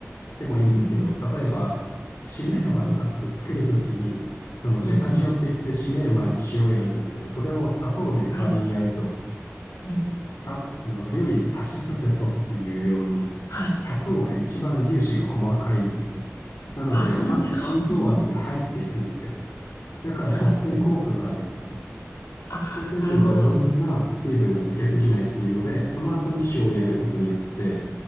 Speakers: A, on the left; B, on the left.
A: でもいいんですけど、
B: うん。
A: 例えば、しめ鯖とかって作るときに、
B: うんうん。
A: そのベタ塩って言って締める前に塩をやるんですけど、
B: うんうん。
A: それを砂糖で代わりにやると、
B: はい。うん。
A: さ、あの、料理のさしすせそっていうように、
B: はい。
A: 砂糖が一番粒子が細かいんですね。なので、
B: あ、そうなんですかうん。
A: 浸透圧で入っていくんですよ。だから保水効果があるんですね。
B: そう。うん。あ、
A: そうすると余分な水分が抜けすぎないっていうので、
B: なるほど。うん
A: その後に塩をやることによって、